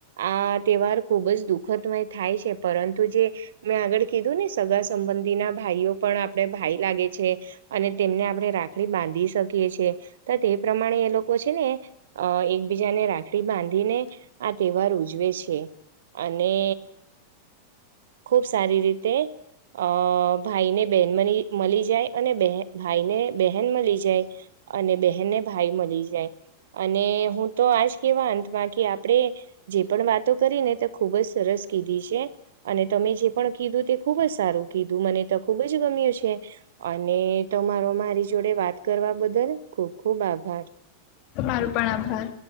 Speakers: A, on the right; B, on the left.
A: આ તહેવાર ખૂબ જ દુઃખમય થાય છે. પરંતુ જે મેં આગળ કીધું ને સગા સંબંધીના ભાઈઓ પણ આપણને ભાઈ લાગે છે. અને તેમને આપણે રાખડી બાંધી શકીએ છી તો તે પ્રમાણે એ લોકો છે ને અ એકબીજાને રાખડી બાંધીને આ તહેવાર ઉજવે છે. અને ખુબ સારી રીતે અ ભાઈને બેન મરી મલી જાય અને બહેન ભાઈને બહેન મલી જાય. અને બહેનને ભાઈ મળી જાય. અને હું તો આજ કેવા અંતમાં કે આપણે જે પણ વાતો કરી ને તે ખુબ જ સરસ કીધી છે. અને તમે જે પણ કીધું તે ખુબ જ સારું કીધું મને તો ખૂબ જ ગમ્યું છે. અને તમારો મારી જોડે વાત કરવા બદલ ખુબ ખુબ આભાર.
B: તમારો પણ આભાર.